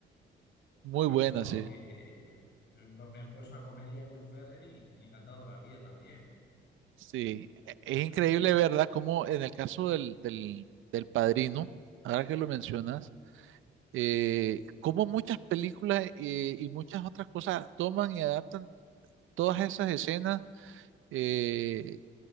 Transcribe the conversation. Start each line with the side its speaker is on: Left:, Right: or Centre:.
Right: Muy
Left: Eh,
Right: buenas,
Left: pero vamos,
Right: sí.
Left: que me me han puesto una comedia de Will Ferrell y, y encantado de la vida también.
Right: Sí, e- es increíble,
Left: Las com-
Right: ¿verdad? Como en el caso del, del, del Padrino, ahora que lo mencionas, eh, cómo muchas películas eh, y muchas otras cosas toman y adaptan todas esas escenas eh,